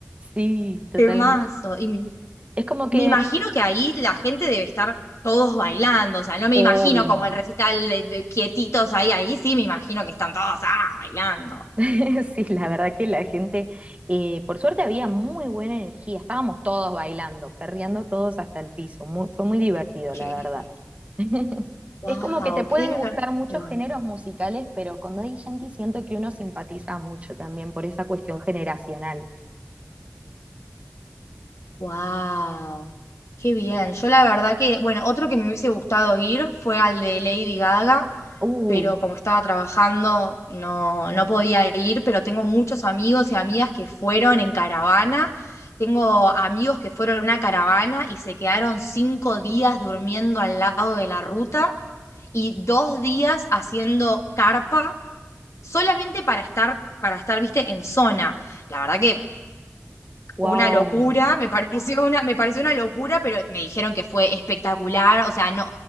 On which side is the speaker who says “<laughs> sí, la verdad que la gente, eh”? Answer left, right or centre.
Right